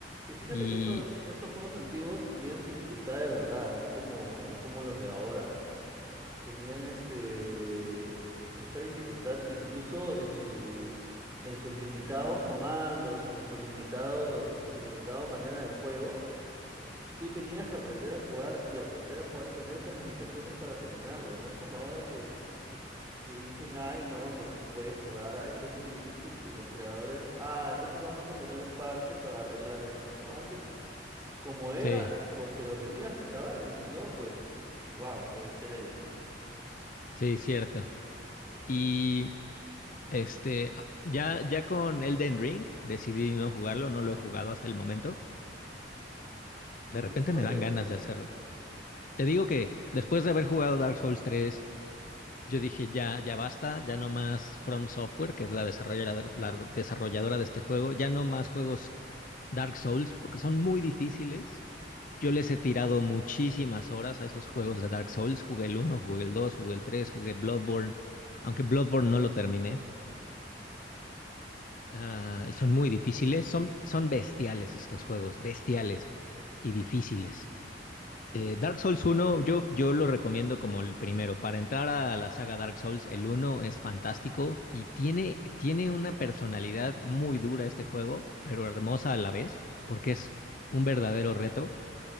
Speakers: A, on the right; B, on the left.
A: Y fíjate
B: Y
A: que estos, estos juegos antiguos tenían dificultad de verdad, no como, no como los de ahora. Tenían este, esta dificultad que incluso en su, en sus limitados comandos o en sus limitado, en su limitada manera de juego, tú tenías que aprender a jugar y aprender a jugar con esas limitaciones para terminarlo. No es como ahora que dicen, ay, no, que no se puede jugar, ay, que es muy difícil, y los creadores, ah, entonces vamos a poner un parche para arreglar esto, ¿no? Antes, como era,
B: sí,
A: co- te lo tenías que acabar, y si no, pues, wow, qué, qué débil.
B: sí, cierto. Y este, a- ya, ya con Elden Ring decidí no jugarlo, no lo he jugado hasta el momento. De
A: ¿Y
B: repente
A: eso por
B: me dan
A: qué?
B: ganas de hacerlo. Te digo que después de haber jugado Dark Souls 3, yo dije ya, ya basta, ya no más From Software, que es la desarrolladora, la desarrolladora de este juego, ya no más juegos Dark Souls, porque son muy difíciles. Yo les he tirado muchísimas horas a esos juegos de Dark Souls. Jugué el uno, jugué el 2, jugué el 3, jugué Bloodborne, aunque Bloodborne no lo terminé. ah, y son muy difíciles, son, son bestiales estos juegos, bestiales y difíciles.
A: Sí,
B: Eh,
A: eso
B: Dark
A: es cierto,
B: Souls uno yo, yo lo recomiendo como el primero. Para entrar a la saga Dark Souls, el uno es fantástico y tiene, tiene una personalidad muy dura este juego, pero hermosa a la vez, porque es un verdadero reto,